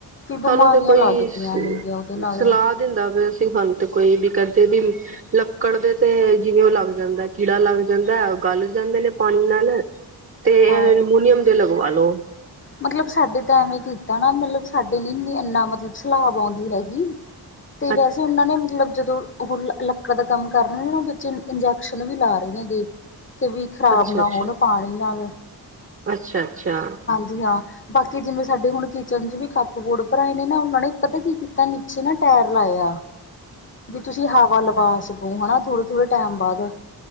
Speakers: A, on the left (about 30°); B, on the right (about 30°).
A: ਬਿਮਾਰੀਆਂ
B: ਸਾਨੂੰ ਤਾਂ ਕੋਈ
A: ਲੱਗਦੀਆਂ ਨੇਗੀਆਂ ਉਹਦੇ ਨਾਲ
B: ਸਲਾਹ ਦਿੰਦਾ ਪਿਆ ਸੀ, ਸਾਨੂੰ ਤੇ ਕੋਈ ਵੀ ਕਹਿੰਦੇ ਵੀ। ਲੱਕੜ ਦੇ ਤੇ, ਜਿਵੇਂ ਉਹ ਲੱਗ ਜਾਂਦਾ ਕੀੜਾ ਲੱਗ ਜਾਂਦਾ ਗਲ ਜਾਂਦੇ ਨੇ ਪਾਣੀ ਨਾਲ। ਤੇ
A: ਹਾਂ
B: ਅਲੂਮੀਨੀਅਮ ਦੇ ਲਗਵਾ ਲੋ।
A: ਮਤਲਬ ਸਾਡੇ ਤਾਂ ਐਵੇਂ ਕੀਤਾ ਨਾ ਮਤਲਬ ਸਾਡੇ ਨੀ ਸੀ ਇੰਨਾ ਮਤਲਬ ਸਲਾਬ ਆਉਂਦੀ ਹੈਗੀ।
B: ਹ <inaudible>
A: ਅਤੇ ਵੈਸੇ ਉਹਨਾਂ ਨੇ ਮਤਲਬ ਜਦੋਂ। ਉਹ ਲੱਕੜ ਦਾ ਕੰਮ ਕਰ ਰਹੇ ਨੇ, ਵਿਚੇ ਇੰਜੈਕਸ਼ਨ ਵੀ ਲਾ ਰਹੇ ਨੇ ਹੈਗੇ। ਕਿ ਵੀ ਖ਼ਰਾਬ
B: ਅੱਛਾ
A: ਨਾ
B: ਅੱਛਾ
A: ਹੋਣ ਪਾਣੀ ਨਾਲ।
B: ਅੱਛਾ ਅੱਛਾ।
A: ਜੀ ਹਾਂ। ਬਾਕੀ ਜਿਵੇਂ ਸਾਡੇ ਹੁਣ ਕਿਚਨ ਚ ਵੀ ਕੱਪਬੋਰਡ ਭਰਾਏ ਨੇ ਨਾ ਉਹਨਾਂ ਨੇ ਪਤਾ ਕੀ ਕੀਤਾ ਨੀਚੇ ਨਾ ਟਾਇਰ ਲਾਏ ਆ।
B: ਹ <inaudible>
A: ਵੀ ਤੁਸੀਂ ਹਵਾ ਲਵਾ ਸਕੋ ਹਨਾ ਥੋੜੇ ਥੋੜੇ ਟਾਈਮ ਬਾਅਦ।